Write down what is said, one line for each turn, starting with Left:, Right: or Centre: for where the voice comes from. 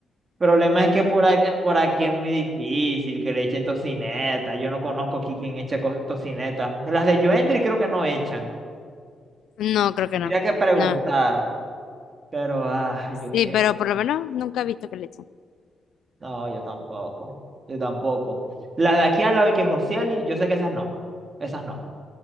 Right: Problema es que por
Left: Eh,
Right: aquí, por aquí es muy difícil que le echen tocineta. Yo no conozco aquí quien echa co- tocineta. Las de Joendry creo que no echan.
Left: No, creo
Right: Tendría
Left: que no.
Right: que preguntar.
Left: No.
Right: Pero, ah,
Left: Sí,
Right: yo quiero.
Left: pero por lo menos nunca he visto que le echen.
Right: No, yo tampoco. Yo tampoco. Las de aquí a la de que Josieli, yo sé que esas no. Esas no.